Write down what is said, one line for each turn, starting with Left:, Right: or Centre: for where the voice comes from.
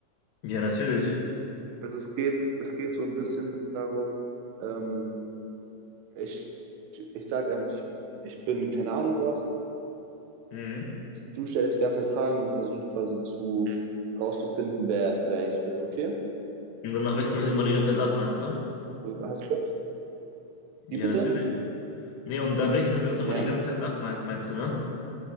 Left: Ja, natürlich.
Right: Also es geht, es geht so ein bisschen darum, ähm, ich, ich sag einfach, ich, ich bin keine Ahnung was.
Left: Mhm.
Right: Du stellst die ganze Zeit Fragen und versuchst quasi zu rauszufinden, wer, wer ich bin, okay?
Left: Und danach wechseln wir uns immer die ganze Zeit ab, meinst du?
Right: Hast du Bock?
Left: Ja,
Right: Wie bitte?
Left: natürlich. Nee, und dann wechseln wir uns immer
Right: Ja.
Left: die ganze Zeit ab, mein, meinst du, ne?